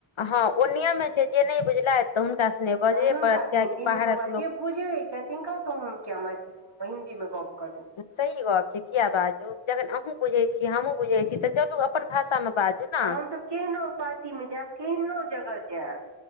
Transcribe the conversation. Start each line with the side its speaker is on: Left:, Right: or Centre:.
Left: हां ओ नियम हय छै जे नै बुझलैथ तऽ हुनका संगे बाजये
Right: हुनका
Left: पड़त
Right: से
Left: कियाकि
Right: हिन्दी
Left: बाहरक
Right: मे गप जे
Left: लोक
Right: बुझै छै तिनका से हम कियाए मैथिली हिन्दीमे गप्प करू।
Left: सही गप छै कियाए बाजु जखन अहुं बुझै छीयै, हमु बुझै छीयै तऽ चलू अपन भाषामे बाजू ने
Right: हम सब केहनो पार्टी मे जाएब, केहनो जगह जाएब